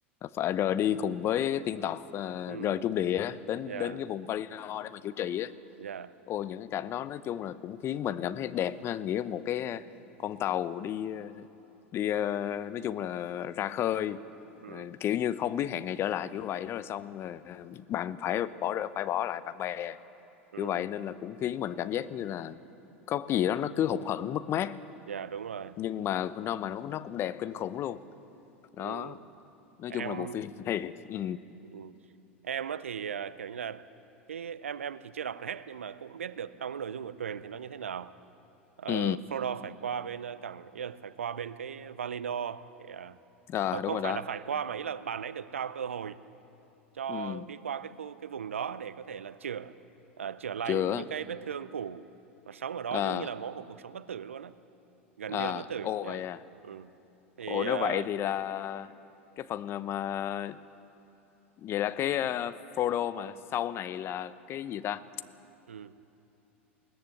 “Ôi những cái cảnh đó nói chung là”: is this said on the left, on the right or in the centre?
Left